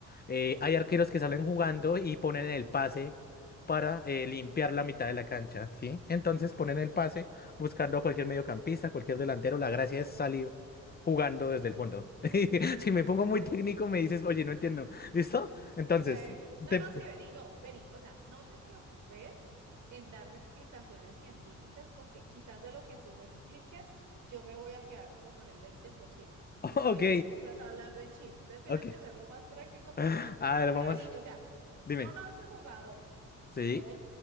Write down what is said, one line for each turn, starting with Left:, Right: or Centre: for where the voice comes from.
Left: Eh, hay arqueros que salen jugando y ponen el pase para eh, limpiar la mitad de la cancha, ¿sí? Entonces ponen el pase buscando a cualquier mediocampista, cualquier delantero. La gracia es salir jugando desde el fondo. <laughs> Si me pongo muy técnico, me dices, oye, no entiendo. ¿Listo? Entonces,
Right: Ok, no,
Left: te-
Right: no, sí, vení, no, vení, o sea, no te preocupes en darme explicaciones científicas porque quizás de lo que tú me expliques, yo me voy a quedar como con el 20%
Left: <laughs>
Right: porque
Left: ok,
Right: tú me estás hablando en chino, entonces tienes
Left: ok.
Right: que ser lo más práctico posible.
Left: <laughs> A ver,
Right: Pero
Left: vamos,
Right: vení, o sea,
Left: dime.
Right: son 11 jugadores,
Left: ¿Sí?
Right: ¿ok?